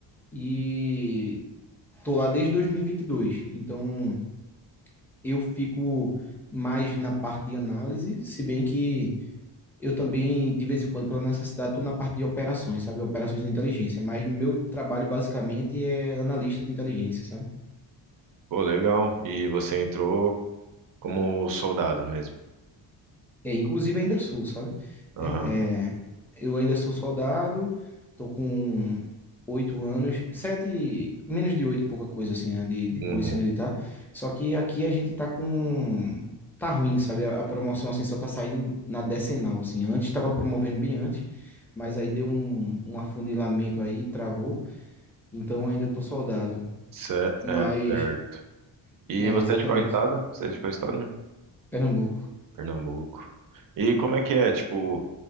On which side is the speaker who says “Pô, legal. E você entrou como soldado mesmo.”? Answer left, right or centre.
Right